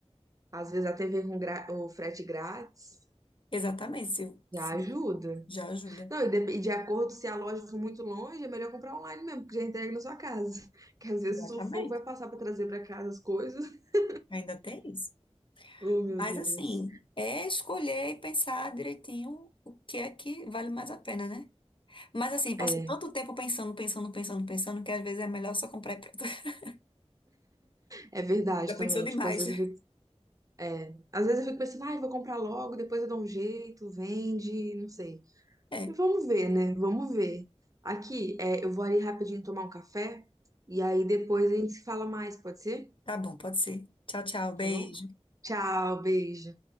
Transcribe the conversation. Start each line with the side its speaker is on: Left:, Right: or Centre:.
Right: às vezes até ver com gra- o frete grátis
Left: Exatamente, Sil.
Right: já ajuda.
Left: Já ajuda.
Right: Não, e de, e de acordo se a loja for muito longe, é melhor comprar online mesmo, porque já entrega na sua casa. <laughs> Que às vezes
Left: Exatamente.
Right: o sufoco vai passar pra trazer pra casa as coisas. <laughs>
Left: Ainda tem isso.
Right: Oh, meu
Left: Mas
Right: Deus.
Left: assim, é escolher e pensar direitinho o que é que vale mais a pena, né? Mas assim, passo
Right: É,
Left: tanto tempo pensando, pensando, pensando, pensando, que às vezes é melhor só comprar e pronto. <laughs>
Right: é verdade
Left: Já pensou
Right: também.
Left: demais.
Right: Tipo, às vezes eu fico É, às vezes eu fico pensando, ai, vou comprar logo, depois eu dou um jeito, vende, não sei.
Left: É,
Right: Mas Vamos ver, né? Vamos ver. Aqui, é, eu vou ali rapidinho tomar um café e aí depois a gente se fala mais, pode ser?
Left: tá bom, pode ser. Tchau, tchau, beijo.
Right: Tá bom? Tchau, beijo.